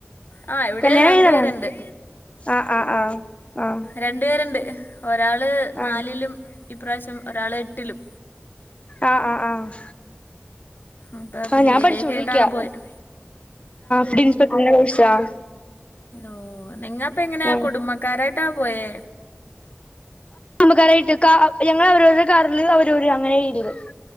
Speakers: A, on the left; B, on the left.
A: ആ ഇവിടെ
B: കല്യാണം
A: രണ്ടുപേരുണ്ട്
B: കയിഞ്ഞതാണോ ആഹ് ആഹ് ആഹ് ആഹ്
A: രണ്ട് പേരുണ്ട് ഒരാള് നാലിലും
B: ആഹ്
A: ഇപ്രാവശ്യം ഒരാള് എട്ടിലും
B: ആഹ് ആഹ് ആഹ്
A: അപ്പൊ
B: ആഹ്
A: പിള്ളേരെയൊക്കെ
B: ഞാൻ പഠിച്ചോണ്ടിരിക്ക
A: ആയിട്ടാണ് പോയത്
B: ഫുഡ്‌ ഇൻസ്‌പെക്ടറ്‍ന്റെ കോഴ്സ് ആഹ്
A: ഓഹ് നിങ്ങപ്പ എങ്ങനെയാ
B: ആഹ്
A: കുടുംബക്കാരായിട്ടാ പോയേ
B: ക്കാരായിട്ടൊക്കാ ഞങ്ങള് അവരവരുടെ കാറിൽ അവരവര് അങ്ങനെ രീതില്